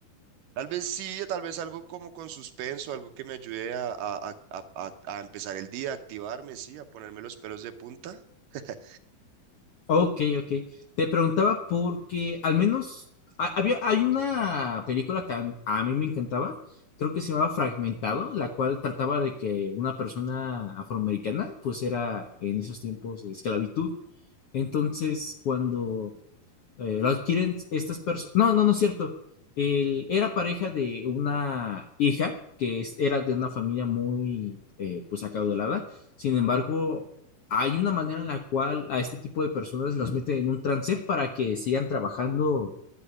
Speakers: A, on the right; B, on the left.
A: Tal vez sí, tal vez algo como con suspenso, algo que me ayude a, a, a, a, a empezar el día, a activarme, sí, a ponerme los pelos de punta. <laughs>
B: Ok, ok. Te preguntaba porque al menos ha- había, hay una película que a, a mí me encantaba, creo que se llamaba Fragmentado, la cual trataba de que una persona afroamericana pues era en esos tiempos de esclavitud. Entonces, cuando eh, lo adquieren estas personas. No, no, no es cierto. Él era pareja de una hija que es- era de una familia muy, eh, pues, acaudalada. Sin embargo, hay una manera en la cual a este tipo de personas las meten en un trance para que sigan trabajando